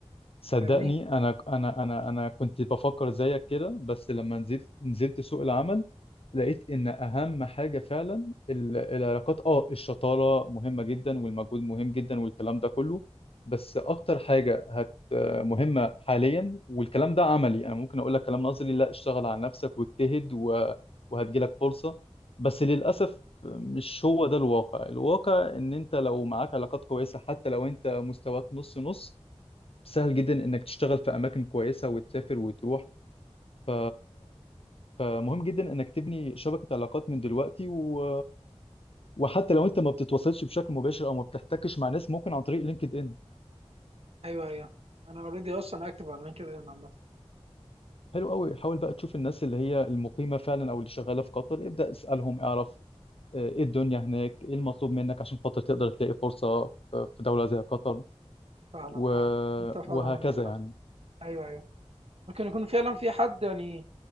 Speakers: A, on the left; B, on the right.
A: صدقني
B: فاهمني
A: انا انا انا انا كنت بفكر زيك كده بس لما نزلت نزلت سوق العمل لقيت ان اهم حاجه فعلا ال- العلاقات اه الشطاره مهمه جدا والمجهود مهم جدا والكلام ده كله بس اكتر حاجه هت مهمه حاليا والكلام ده عملي انا ممكن اقول لك كلام نظري لا اشتغل على نفسك واجتهد و... وهتجيلك فرصه بس للاسف مش هو ده الواقع الواقع ان انت لو معاك علاقات كويسه حتى لو انت مستواك نص نص سهل جدا انك تشتغل في اماكن كويسه وتسافر وتروح ف فمهم جدا انك تبني شبكة علاقات من دلوقتي و... وحتى لو انت ما بتتواصلش بشكل مباشر او ما بتحتكش مع ناس ممكن عن طريق لينكد ان
B: ايوه ايوه انا اوريدي اصلا اكتب على لينكد ان عامه
A: حلو قوي حاول بقى تشوف الناس اللي هي المقيمة فعلا او اللي شغالة في قطر ابدأ اسألهم اعرف آه، ايه الدنيا هناك ايه المطلوب منك عشان خاطر تقدر تلاقي فرصة في في دولة زي قطر
B: فعلا
A: و...
B: فعلا انت فعلا
A: وهكذا
B: عندك حق
A: يعني
B: ايوه ايوه ممكن يكون فعلا في حد يعني